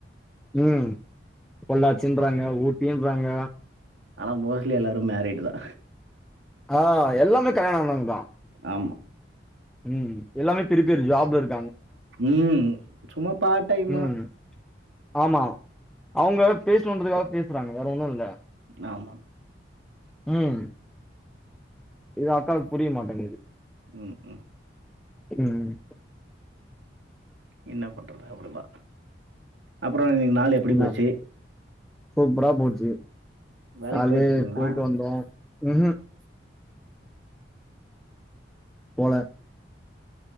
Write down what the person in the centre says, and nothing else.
ம் பொள்ளாச்சின்றாங்க ஊட்டின்றாங்க
ஆ எல்லாமே கல்யாண ஆனவங்க தா
ம் எல்லாமே பெரிய பெரிய ஜாப்ல இருக்
ம் ஆமா அவங்க பேசணுன்றதுக்காக பேசுறாங்க வேறு ஒன்னு இல்ல
ம் இது அக்காவுக்கு புரிய மாட்டேங்குது
ம்
என்ன
சூப்பரா போச்சி
காலே
போயிட்டு வந்தோ ம் ஹிம் போல